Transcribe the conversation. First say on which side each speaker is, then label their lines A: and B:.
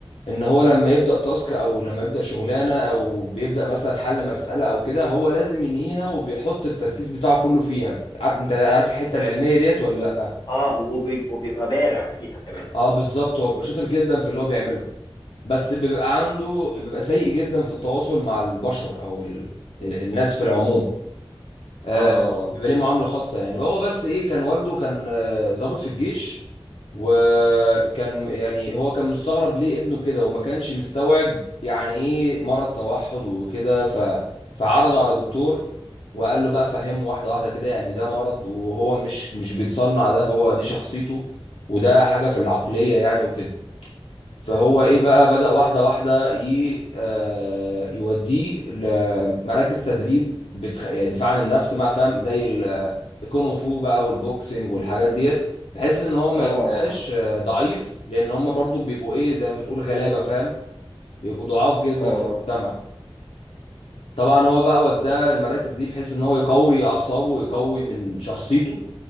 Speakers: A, on the left; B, on the left.
A: ان هو لما يبدا تاسك او لما يبدا شغلانه او بيبدا مثلا حل مساله او كده هو لازم ينهيها وبيحط التركيز بتاعه كله فيها عارف انت عارف الحته العلميه ديت ولا لا
B: اه وبيب- وبيبقى بارع فيها كمان
A: اه بالظبط هو بيبقى شاطر جدا في اللي هو بيعمله بس بيبقى عنده بيبقى سيء جدا في التواصل مع البشر او ال... ال- الناس في العموم آه،
B: اه اه
A: بيبقى ليه معاملة خاصة يعني هو بس ايه كان والده كان آه، ضابط في الجيش وكان يعني هو كان مستغرب ليه ابنه كده وما كانش مستوعب يعني ايه مرض توحد وكده ف فعرضه على دكتور وقال له بقى فهمه واحدة واحدة كده يعني ده مرض وهو مش مش بيتصنع ده هو دي شخصيته وده حاجة في العقلية يعني وكده فهو ايه بقى بدأ واحدة واحدة ي... آه، يوديه لمراكز تدريب بتخ... يعني دفاع عن النفس بقى فاهم زي ال- الكونغ فو بقى والبوكسنج والحاجات ديت بحيث ان هو
B: اه
A: ما
B: اه
A: يبقاش آه، ضعيف لان هم برضو بيبقوا ايه زي ما بتقول غلابة فاهم بيبقوا ضعاف جدا
B: اه اه
A: في المجتمع طبعا هو بقى وداه المراكز دي بحيث ان هو يقوي اعصابه ويقوي من شخصيته